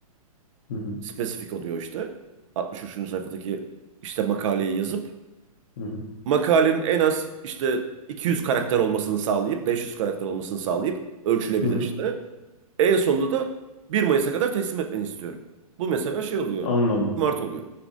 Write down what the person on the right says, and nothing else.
spesifik oluyor işte. 63. sayfadaki işte makaleyi yazıp
makalenin en az işte 200 karakter olmasını sağlayıp 500 karakter olmasını sağlayıp ölçülebilir
işte. En sonunda da 1 Mayıs'a kadar teslim etmeni istiyorum. Bu mesela şey oluyor.
Mart oluyor.